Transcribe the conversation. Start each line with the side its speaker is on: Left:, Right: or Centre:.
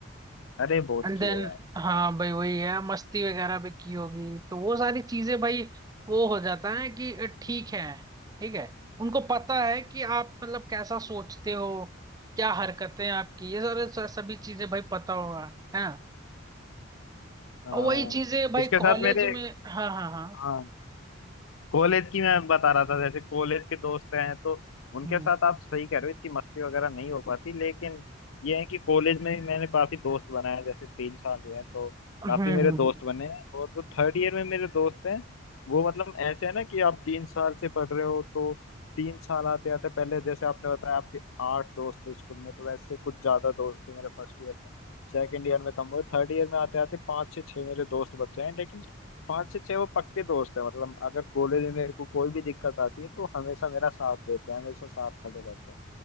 Left: अरे बहुत
Right: एंड
Left: किया
Right: देन
Left: यार
Right: हाँ भाई वही है मस्ती वगैरह भी की होगी तो वो सारी चीजें भाई वो हो जाता है कि ठीक है ठीक है उनको पता है कि आप मतलब कैसा सोचते हो क्या हरकतें हैं आपकी ये सारे स- सभी चीजें भाई पता होगा है ना
Left: हाँ
Right: और वही चीजें भाई
Left: इसके साथ
Right: कॉलेज
Left: मेरे
Right: में हाँ हाँ हाँ
Left: हाँ कॉलेज की मैं बता रहा था जैसे कॉलेज के दोस्त हैं तो उनके
Right: हम्म
Left: साथ आप सही कह रहे हो इतनी मस्ती वगैरह नहीं हो पाती लेकिन ये है कि कॉलेज में भी मैंने काफी दोस्त बनाए हैं, जैसे तीन साल हुए हैं तो
Right: हम्म
Left: काफी मेरे
Right: हम्म,
Left: दोस्त
Right: हम्म।
Left: बने हैं और जो थर्ड ईयर में मेरे दोस्त हैं वो मतलब ऐसे है ना कि आप तीन साल से पढ़ रहे हो तो तीन साल आते आते पहले जैसे आपने बताया आपके आठ दोस्त थे स्कूल में तो वैसे कुछ ज्यादा दोस्त थे मेरे फर्स्ट ईयर में सेकेंड ईयर में कम हुए थर्ड ईयर में आते आते पाँच से छह मेरे दोस्त बचे हैं लेकिन पांच से छह वो पक्के दोस्त है मतलब अगर कॉलेज में मेरे को कोई भी दिक्कत आती है तो हमेशा मेरा साथ देते हैं हमेशा साथ खड़े रहते हैं